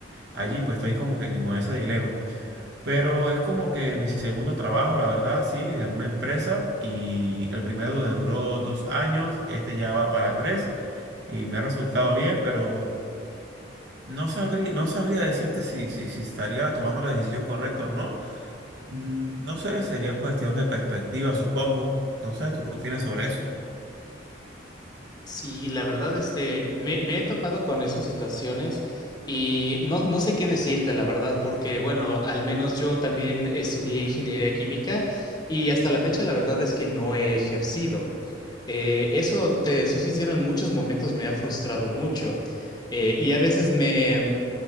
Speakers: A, on the right; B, on the left.
A: allí pues estoy como que con ese dilema. Pero es como que mi segundo trabajo, la verdad, sí, de una empresa. Y el primero me duró dos años, este ya va para tres y me ha resultado bien, pero no sabría, no sabría decirte si, si, si estaría tomando la decisión correcta o no. Mm, No sé, sería cuestión de perspectiva, supongo. No sé, ¿tú qué opinas sobre eso?
B: Sí, la verdad, este, me, me he topado con esas situaciones y no, no sé qué decirte, la verdad, porque, bueno, al menos yo también estudié ingeniería química y hasta la fecha la verdad es que no he ejercido. Eh, eso, te soy sincero, en muchos momentos me ha frustrado mucho eh, y a veces me,